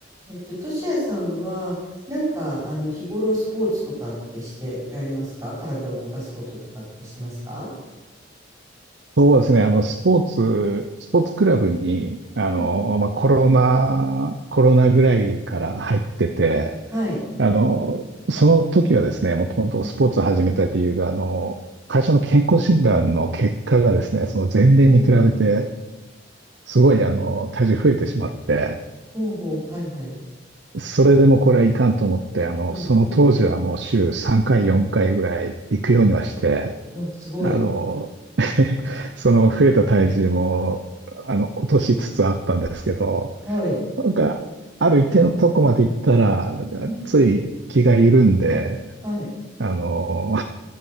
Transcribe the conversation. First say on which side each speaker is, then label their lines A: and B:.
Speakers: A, on the right; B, on the right.
A: えっと、としやさんは、なんか、あの、日頃スポーツとかってしてられますか体を動かすこととかってしてますか
B: そうですね。あの、スポーツ、スポーツクラブに、あの、
A: うん。
B: まあ、コロナ、コロナぐらいから入ってて、
A: はい。
B: あの、その時はですね、もともとスポーツを始めた理由が、
A: うん。
B: あの、会社の健康診断の結果がですね、その前年に比べて、
A: おー
B: すごい、あの、体重増えてしまって、
A: ほうほう、はいはい。
B: それでもこれはいかんと思って、あの、
A: うん。
B: その当時はもう週3回、4回ぐらい行くようにはして、
A: お、すごい。
B: あの、<laughs> その増えた体重も、あの、落としつつあったんですけど、
A: はい。
B: なんか、ある一定のとこまで行ったら、なんかつい気が緩んで、
A: うん。はい。
B: あの、